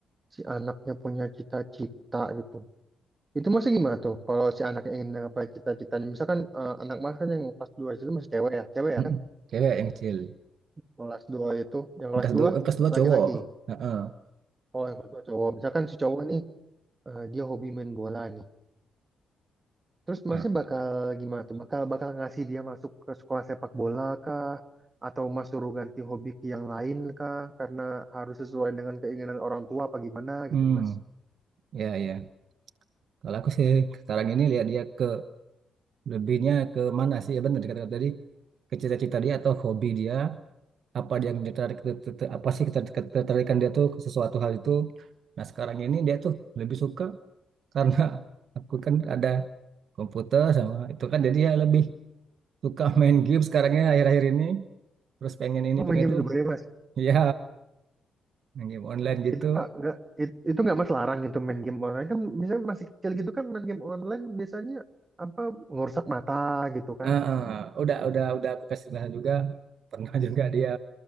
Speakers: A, on the right; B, on the right.
A: si anaknya punya cita-cita gitu, itu masih gimana tuh? Kalau si anaknya ingin menggapai cita-citanya, misalkan eh, anak mas kan yang kelas 2 itu masih cewek ya, cewek ya
B: Mm-mm.
A: kan?
B: Cewek yang kecil.
A: Kelas 2 itu, yang kelas
B: Angkas
A: dua
B: dua, angkas dua
A: laki-laki.
B: cowok. Heeh.
A: Oh yang kelas 2 cowok. Misalkan si cowok nih eh, dia hobi main bola nih. Terus
B: Nah,
A: masih bakal gimana tuh? Bakal bakal ngasih dia masuk ke sekolah sepak bola kah? Atau mas suruh ganti hobi ke yang lain kah? Karena harus sesuai dengan keinginan orang tua apa gimana
B: Hmm,
A: gitu mas?
B: ya ya. Kalau aku sih sekarang ini lihat dia ke lebihnya ke mana sih? Ya benar dikatakan tadi ke cita-cita dia atau hobi dia apa dia yang tertarik ter- ter- ter- apa sih keter- ketertarikan dia tuh ke sesuatu hal itu. Nah sekarang ini dia tuh lebih suka karena <laughs> aku kan ada komputer sama itu kan jadi ya lebih suka <laughs> main game sekarangnya akhir-akhir ini terus pengen ini
A: Oh main
B: pengen
A: game
B: itu
A: juga ya mas.
B: <laughs> ya main game online gitu
A: Itu nggak it- itu nggak mas larang gitu main game online kan misalnya masih kecil gitu kan main game online biasanya apa ngerusak mata gitu kan.
B: Ah, ah. udah udah udah aku kasih penjelasan juga pernah juga dia